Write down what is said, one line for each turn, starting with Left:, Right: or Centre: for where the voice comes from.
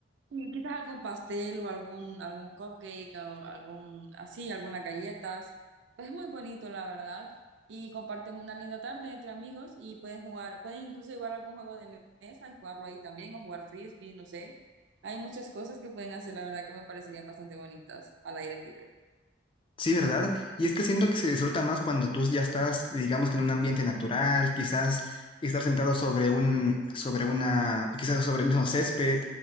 Right: Sí, quizás algún pastel o algún, algún cupcake o algún, así, algunas galletas. Pues Es muy bonito, la verdad. Y comparten una linda tarde entre amigos y pueden jugar, pueden incluso jugar algún juego de mesa y jugarlo ahí también o jugar frisbee, no sé. Hay muchas cosas que pueden hacer, la verdad, que me parecerían bastante bonitas al aire libre.
Left: Sí, ¿verdad? Y es que siento que se disfruta más cuando tú ya estás, digamos que en un ambiente natural, quizás estar sentado sobre un, sobre una, quizás sobre el mismo césped,